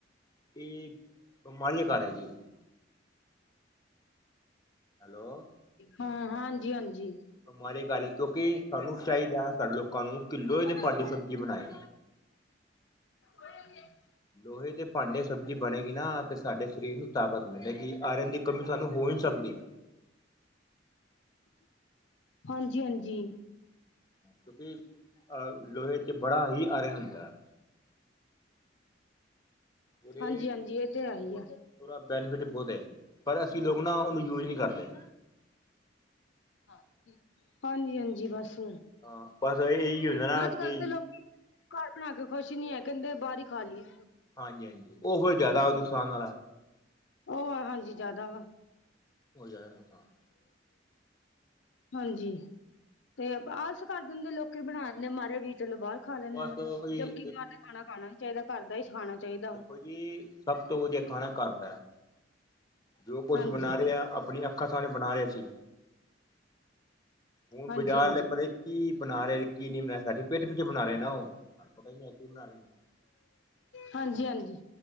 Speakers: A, on the left; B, on the left.
A: ਇਹ, ਬਿਮਾਰੀ ਦਾ ਘਰ ਹੈ ਜੀ ਹੈਲੋ
B: ਹਾਂ ਹਾਂਜੀ ਹਾਂਜੀ
A: ਹਮਾਰੇ ਘਰ, ਕਿਉਂਕਿ ਸਾਨੂੰ ਚਾਹੀਦਾ ਸਾਡੇ ਲੋਕਾਂ ਨੂੰ ਕਿ ਲੋਹੇ ਦੇ ਭਾਂਡੇ ਚ ਸਬਜ਼ੀ ਬਣਾਏ।
B: ਹੋ <unintelligible>
A: ਲੋਹੇ ਦੇ ਭਾਂਡੇ ਚ ਸਬਜ਼ੀ ਬਣੇਗੀ ਨਾ, ਤੇ ਸਾਡੇ ਸਰੀਰ ਨੂੰ ਤਾਕਤ ਮਿਲੇਗੀ। ਆਯਰਨ ਦੀ ਕਮੀ ਸਾਨੂੰ ਹੋ ਨਹੀਂ ਸਕਦੀ
B: ਹਾਂਜੀ ਹਾਂਜੀ
A: ਕਿਉਂਕਿ, ਲੋਹੇ ਚ ਬੜਾ ਹੀ ਆਯਰਨ ਹੁੰਦਾ ਹੈ ਉਹਦੇ
B: ਹਾਂਜੀ ਹਾਂਜੀ, ਇਹ ਤੇ ਹੈ ਹੀ
A: ਉਹਦਾ
B: ਐ
A: ਬੈਨੀਫਿਟ ਬਹੁਤ ਹੈ, ਪਰ ਅਸੀਂ ਲੋਕ ਨਾ ਉਹਨੂੰ ਯੂਜ ਨਹੀਂ ਕਰਦੇ।
B: ਹਾਂਜੀ ਹਾਂਜੀ ਬਸ
A: ਹਾਂ ਬਸ ਇਹੀ ਹੋ ਜ ਨਾ
B: ਅੱਜ ਕੱਲ
A: ਕੀ
B: ਤੇ ਲੋਕੀ ਘਰ ਬਣਾ ਕੇ ਖੁਸ਼ ਨੀ ਹੈ ਕਹਿੰਦੇ ਬਾਹਰ ਹੀ ਖਾ ਲਈਏ
A: ਹਾਂਜੀ ਹਾਂਜੀ ਉਹ ਫਿਰ ਜ਼ਿਆਦਾ ਨੁਕਸਾਨ ਨਾਲ
B: ਉਹ ਹਾਂਜੀ ਜ਼ਿਆਦਾ
A: ਹੋ ਜਾਏ ਨੁਕਸਾਨ।
B: ਹਾਂਜੀ ਤੇ ਆਲਸ ਕਰ ਜਾਂਦੇ ਲੋਕੀ ਬਣਾ ਦੇ ਮਾਰੇ ਵੀ ਚਲੋ ਬਾਹਰ ਖਾ ਲੈਂਨੇ
A: ਬਸ
B: ਹਾਂ
A: ਉਹੀ
B: ਜਬਕਿ ਬਾਹਰ ਦਾ ਖਾਣਾ ਖਾਣਾ ਨੀ ਚਾਹੀਦਾ ਘਰਦਾ ਹੀ ਖਾਣਾ ਚਾਹੀਦਾ
A: ਦੇਖੋ
B: ਵਾ
A: ਜੀ ਸਭ ਤੋਂ ਵਧੀਆ ਖਾਣਾ ਘਰਦੈ ਜੋ ਕੁਛ
B: ਹਾਂਜੀ
A: ਬਣਾ ਰਿਹਾ ਆਪਣੀਆਂ ਅੱਖਾਂ ਸਾਹਣੇ ਬਣਾ ਰਿਹਾ ਸੀ ਹੁਣ
B: ਹਾਂਜੀ
A: ਬਾਜ਼ਾਰ
B: ਹਾਂਜੀ ਹਾਂਜੀ
A: ਅਲੇ ਪਤਾ ਨੀ ਕੀ ਬਣਾ ਰਹੇ ਨੇ ਕੀ ਨਹੀਂ ਬਣਾ ਸਾਡੀ ਪੇਠ ਪਿੱਛੇ ਬਣਾ ਰਹੇ ਨਾ ਉਹ ਕ ਨਹੀਂ ਐਕ ਵੀ ਨਾ ਰ <unintelligible>
B: ਹਾਂਜੀ ਹਾਂਜੀ